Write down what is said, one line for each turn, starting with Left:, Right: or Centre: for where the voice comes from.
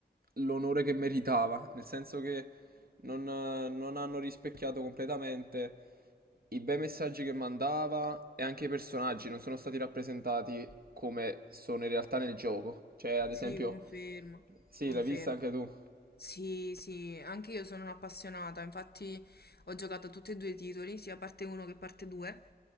Right: l'onore che meritava, nel senso che non, non hanno rispecchiato completamente i bei messaggi che mandava e anche i personaggi non sono stati rappresentati come sono in realtà nel gioco. Cioè, ad
Left: Sì,
Right: esempio,
Left: confermo.
Right: sì,
Left: Confermo.
Right: l'hai vista anche tu.
Left: Sì, sì, anche io sono un'appassionata, infatti ho giocato a tutti e due i titoli, sia parte 1 che parte 2.